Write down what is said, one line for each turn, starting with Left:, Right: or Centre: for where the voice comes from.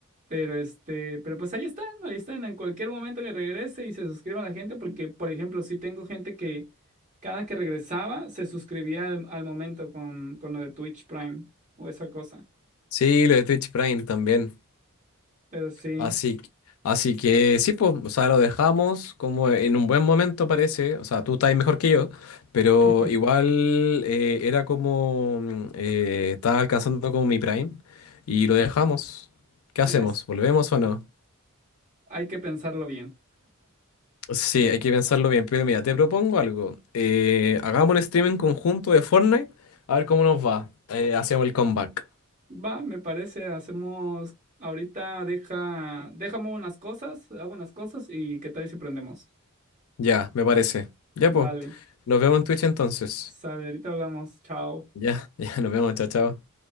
Right: Pero este, pero pues ahí están, ahí están, en cualquier momento que regrese y se suscriba la gente, porque por ejemplo, sí tengo gente que cada que regresaba se suscribía al, al momento con, con lo de Twitch Prime o esa cosa.
Left: Sí, lo de Twitch Prime también.
Right: Pero sí,
Left: Así, que- así que sí, pues, o sea, lo dejamos como en un buen momento parece, o sea, tú estás mejor que yo, pero
Right: <laughs>
Left: igual eh, era como, mm, eh, estaba alcanzando como mi prime y lo dejamos. ¿Qué
Right: es,
Left: hacemos? ¿Volvemos o no?
Right: hay que pensarlo bien.
Left: Sí, hay que pensarlo bien, pero mira, te propongo algo. Eh, hagamos un streaming conjunto de Fortnite, a ver cómo nos va. Eh, hacemos el comeback.
Right: Va, me parece, hacemos, ahorita deja, déjame unas cosas, hago unas cosas y qué tal si prendemos.
Left: Ya, me parece. Ya,
Right: Vale,
Left: pues, nos vemos en Twitch entonces.
Right: sale, ahorita hablamos, chao.
Left: Ya, <laughs> ya, nos vemos, chao, chao.